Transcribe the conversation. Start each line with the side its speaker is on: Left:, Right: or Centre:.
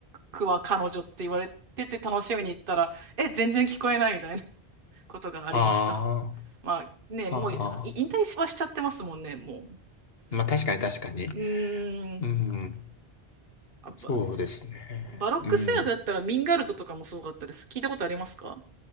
Right: クは彼女って言われてて楽しみに行ったら、え、全然聞こえないみたいなことがありました。
Left: あ
Right: まあね、
Left: あ。
Right: もうい引退しはしちゃってますもんね、
Left: ああ。
Right: も
Left: まあ、確かに確かに。
Right: う。うーん。
Left: うん。
Right: あバ、
Left: そうですね。
Right: バロック声楽だったらミンガルドとかもすごかったです。
Left: うん。
Right: 聞いたことありますか